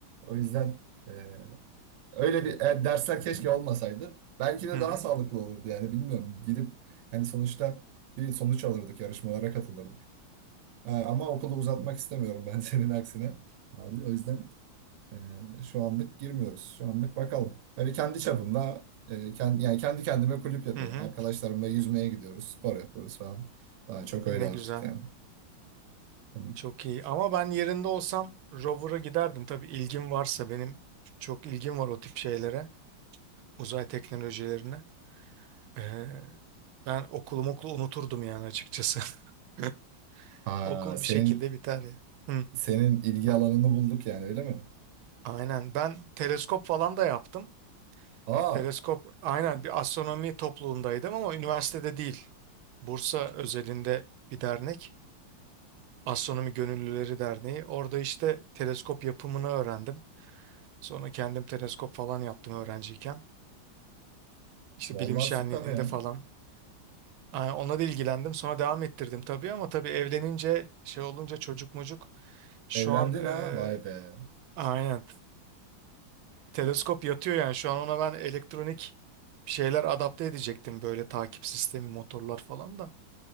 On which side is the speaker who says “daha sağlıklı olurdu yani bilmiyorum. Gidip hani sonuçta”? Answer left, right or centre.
Right